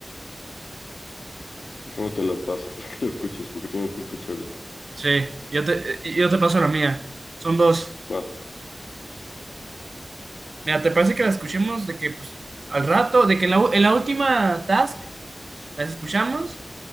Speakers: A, on the left; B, on the right.
A: déjame te la paso <laughs> para que la escuches, porque tienes que escucharla.
B: Sí, yo te, yo te paso la mía. Son dos.
A: Va,
B: Mira, ¿te parece que la escuchemos de que, pues, al rato, de que en la, u- en la última task las escuchamos,